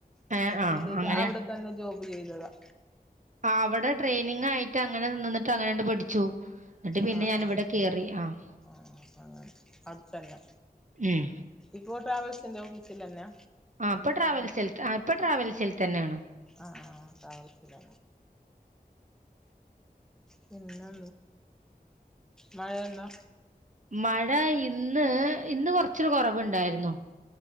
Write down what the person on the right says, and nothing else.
ഏ
ആ
അങ്ങനെ
അവിടെ ട്രെയിനിങ് ആയിട്ട് അങ്ങനെ നിന്ന് അങ്ങനെണ്ട് പഠിച്ചു എന്നിട്ട് പിന്നെ
ഞാനിവിടെ
കേറി ആഹ്
ഉം
ആ പ്പൊ ട്രാവൽസിൽ ഇപ്പൊ ട്രാവൽസിൽ തന്നെയാണ്
മഴ ഇന്ന് ഇന്ന് കൊറച്ചൊരു കുറവുണ്ടായിരുന്നു